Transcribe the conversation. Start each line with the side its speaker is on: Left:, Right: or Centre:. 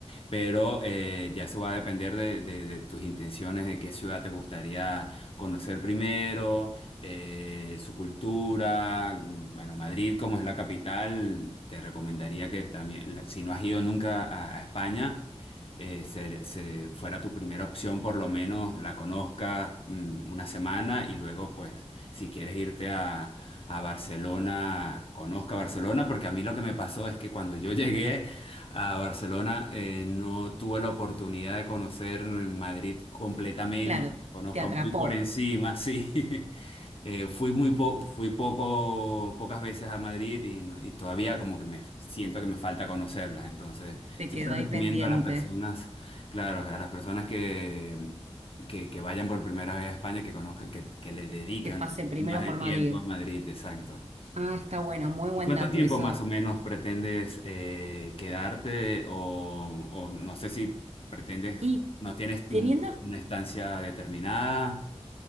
Left: Pero eh, ya eso va a depender de, de- de tus intenciones, de qué ciudad te gustaría conocer primero, eh, su cultura. Bueno, Madrid, como es la capital, te recomendaría que también, la- si no has ido nunca a a España, eh, se- se- fuera tu primera opción, por lo menos la conozcas mm, una semana y luego, pues, si quieres irte a, a Barcelona, conozca Barcelona, porque a mí lo que me pasó es que cuando yo <laughs> llegué a Barcelona eh, no tuve la oportunidad de conocer Madrid completamente,
Right: Claro,
Left: la conozco
Right: te atrapó,
Left: muy por encima, sí. <laughs> Eh, fui muy po- fui poco, pocas veces a Madrid y, no- y todavía como que me siento que me falta conocerlas, entonces
Right: te
Left: Siempre
Right: quedó ahí
Left: recomiendo
Right: pendiente,
Left: a las personas, claro, a las personas que, que, que vayan por primera vez a España, que conozcan, que, que le dedican
Right: que pase
Left: un poco
Right: primero
Left: más de
Right: por
Left: tiempo
Right: Madrid.
Left: a Madrid, exacto.
Right: Ah, está bueno, muy buen
Left: ¿Y cuánto
Right: dato
Left: tiempo
Right: eso.
Left: más o menos pretendes eh, quedarte? O, o no sé si pretendes,
Right: Y
Left: no tienes
Right: teniendo
Left: un- una estancia determinada.